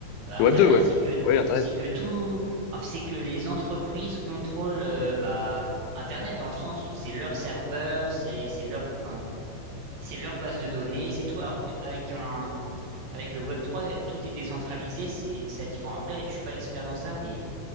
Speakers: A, on the right (about 55°); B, on the left (about 85°).
A: Internet,
B: Le Web deux ouais.
A: c'est que
B: Oui, Internet.
A: t- c'est que tout, en fait, c'est que les entreprises contrôlent euh, bah, Internet dans le sens où c'est leur serveur, c'est c'est leur, enfin, c'est leur base de données, c'est tout. Alors qu'avec un, avec le Web trois, euh, tout est décentralisé, c'est c'est différent. Après, je suis pas expert dans ça, mais